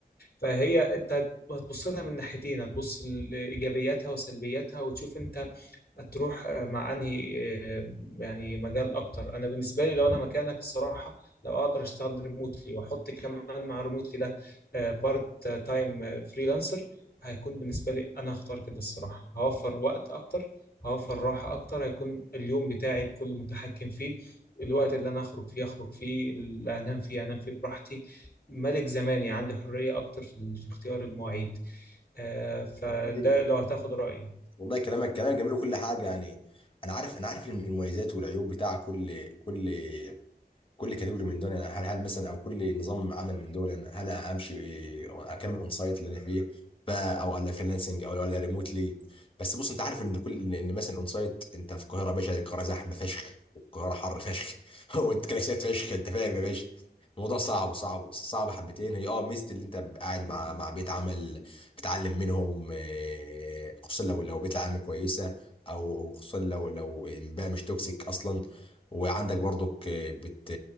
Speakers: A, on the left (about 65°); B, on the left (about 30°).
A: فهي انت هتبص لها من ناحيتين هتبص لايجابياتها وسلبياتها وتشوف انت هتروح آه، مع انهي آه، يعني مجال اكتر انا بالنسبه لي لو انا مكانك الصراحه لو اقدر اشتغل ريموتلي واحط كمان مع ريموتلي ده بارت تايم فريلانسر هيكون بالنسبه لي انا هختار كده الصراحه هوفر وقت اكتر هوفر راحه اكتر هيكون اليوم بتاعي كله متحكم فيه الوقت اللي انا اخرج فيه اخرج فيه اللي انام فيه انام فيه براحتي ملك زماني عندي حريه اكتر في في اختيار المواعيد آه، فده
B: والله
A: لو هتاخد رايي
B: والله كلامك كلام جميل وكل حاجه يعني انا عارف انا عارف الم- المميزات والعيوب بتاع كل كل كل كاتيجوري من دول يعني هل هل مثلا او كل نظام عمل من دول يعني هل امشي اكمل اون سايت اللي انا فيه بقى او ولا فريلانسنج او ولا ريموتلي بس بص انت عارف ان كل ان مثلا اون سايت انت في القاهره يا باشا القاهره زحمه فشخ والقاهره حر فشخ <laughs> والكلاكسات فشخ انت فاهم يا باشا الموضوع صعب صعب صعب حبتين هي اه ميزه اللي انت قاعد مع مع بيت عمل بتتعلم منهم آه، خصوصا لو لو بيت العمل كويسه او خصوصا لو لو بقى مش توكسيك اصلا وعندك برضك بت